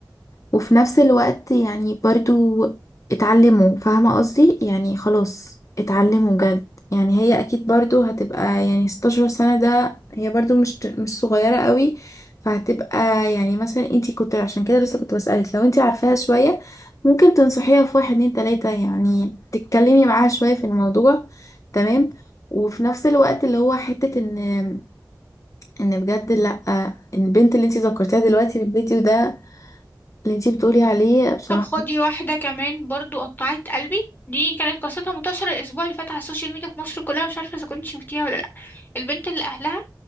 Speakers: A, on the left; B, on the left.
A: وفي نفس الوقت يعني برضو اتعلموا فاهمة قصدي يعني خلاص اتعلموا جد يعني هي اكيد برضو هتبقى يعني 16 سنة ده هي برضو مش مش صغيرة قوي فهتبقى يعني مثلا انتي كنت عشان كده لسه كنت بسألك لو انتي عارفاها شوية ممكن تنصحيها في واحد اتنين تلاتة يعني تتكلمي معاها شوية في الموضوع تمام وفي نفس الوقت اللي هو حتة ان ان بجد لأ ان البنت اللي انتي ذكرتيها دلوقتي في الفيديو ده اللي انتي بتقولي عليه بصراحة
B: طب خدي واحدة كمان برضو قطعت قلبي دي كانت قصتها منتشرة الأسبوع اللي فات على السوشيال ميديا في مصر كلها مش عارفة إذا كنت شفتيها ولا لأ البنت اللي أهلها